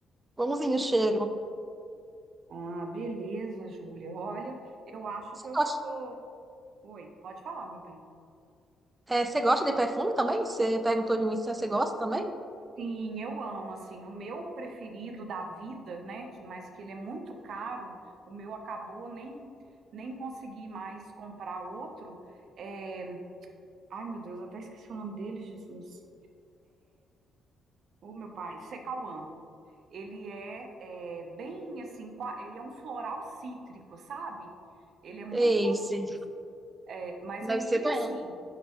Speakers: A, on the right; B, on the right.
A: bonzinho o cheiro.
B: Ah, beleza, Júlia. Olha, eu acho
A: Você
B: que eu
A: gosta,
B: já tô. Oi, pode falar, meu bem.
A: é, você gosta de perfume também? Você perguntou de mim se você gosta também?
B: Sim, eu amo, assim, o meu preferido da vida, né, que, mas que ele é muito caro, o meu acabou, nem, nem consegui mais comprar outro, é... Ai, meu Deus, até esqueci o nome dele, Jesus. O meu pai, Secauã. Ele é, é bem assim, qua- ele é um floral cítrico, sabe? Ele é muito
A: Esse,
B: gostoso. É, mas
A: deve
B: aí,
A: ser bom.
B: assim,